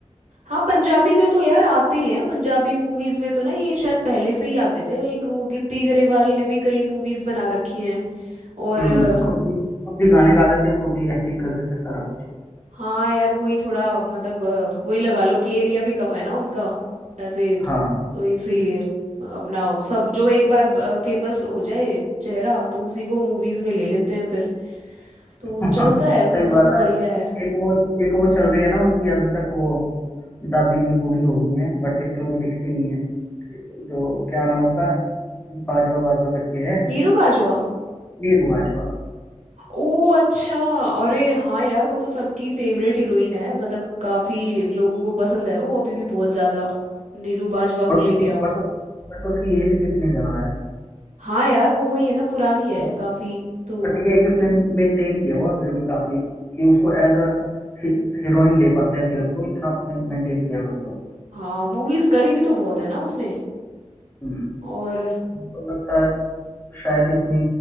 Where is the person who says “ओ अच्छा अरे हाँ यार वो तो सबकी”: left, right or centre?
Right